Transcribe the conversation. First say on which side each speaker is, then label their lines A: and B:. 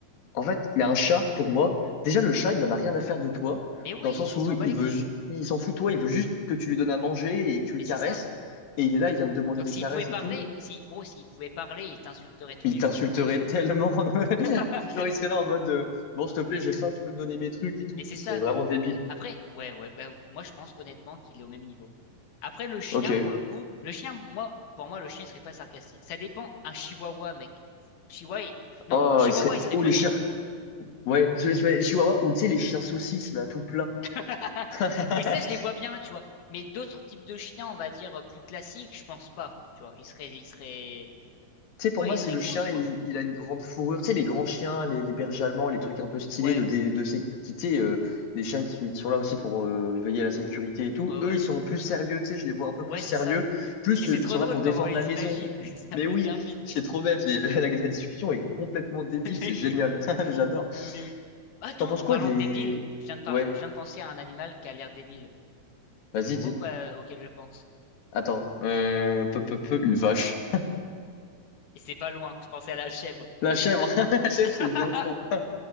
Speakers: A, on the left (about 70°); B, on the left (about 85°).
A: En fait, mais un chat, pour moi, déjà le chat, il en a rien à faire de toi,
B: Mais oui,
A: dans le
B: ils
A: sens où
B: s'en
A: il
B: bat les
A: veut,
B: couilles.
A: ju- il s'en fout de toi, il veut juste que tu lui donnes à manger et que tu le
B: Mais
A: caresses.
B: c'est ça.
A: Et il est là, il vient te demander
B: Donc
A: des
B: s'ils
A: caresses
B: pouvaient parler,
A: et tout.
B: si gros s'ils pouvaient parler, ils t'insulteraient tous
A: Il
B: les
A: t'insulterait
B: jours, genre le chat.
A: tellement. <laughs>
B: <laughs>
A: Non, il serait là en mode, euh, bon, s'il te plaît, j'ai faim, tu peux me donner mes trucs et tout.
B: Mais c'est
A: Ce serait
B: ça.
A: vraiment débile.
B: Après, ouais, ouais, bah, moi je pense honnêtement qu'il est au même niveau. Après le chien
A: Ok.
B: pour le coup, le chien, moi, pour moi le chien il serait pas sarcastique. Ça dépend. Un chihuahua, mec. Chihuahua, il-
A: Oh,
B: non, chihuahua
A: il serait.
B: il serait
A: Oh,
B: pas.
A: les chiens. Ouais, je, je- les chihuahuas, ou tu sais, les chiens saucisses, là, tout plein.
B: <laughs>
A: <laughs>
B: Oui, ça, je les vois bien, tu vois. Mais d'autres types de chiens, on va dire, euh, plus classiques, je pense pas. Tu vois, ils seraient, ils seraient,
A: Tu sais, pour
B: ouais,
A: moi,
B: ils
A: si
B: seraient
A: le
B: cool,
A: chien,
B: quoi.
A: il, il a une grande fourrure, tu sais, les grands chiens, les, les bergers allemands, les trucs un peu stylés
B: Ouais,
A: de, dé- de, sécurité, euh, les chiens qui sont, qui sont là aussi pour euh, veiller à la sécurité et tout,
B: ouais,
A: eux,
B: ouais.
A: ils sont plus sérieux, tu sais, je les vois un peu plus
B: Ouais,
A: sérieux,
B: c'est ça.
A: plus
B: Mais c'est
A: euh,
B: trop
A: ils sont
B: drôle
A: là pour
B: comment
A: défendre
B: on les
A: la maison.
B: imagine. <laughs> Ça
A: Mais
B: me
A: oui,
B: termine.
A: c'est trop bête, mais <laughs> la, la discussion est complètement débile,
B: <laughs>
A: c'est
B: Mais
A: génial,
B: oui,
A: <laughs> j'adore.
B: mais oui. Attends,
A: T'en penses
B: en
A: quoi
B: parlant
A: des...
B: de débile, je viens de, par-
A: Ouais,
B: je viens de penser à un animal qui a l'air débile.
A: vas-y,
B: Tu vois
A: dis.
B: ou pas euh, auquel je pense?
A: Attends, euh, peu, peu, peu, une vache.
B: Et c'est pas loin, je pensais à la chèvre.
A: La chèvre, <laughs> la chèvre,
B: <laughs>
A: c'est bien con. <laughs>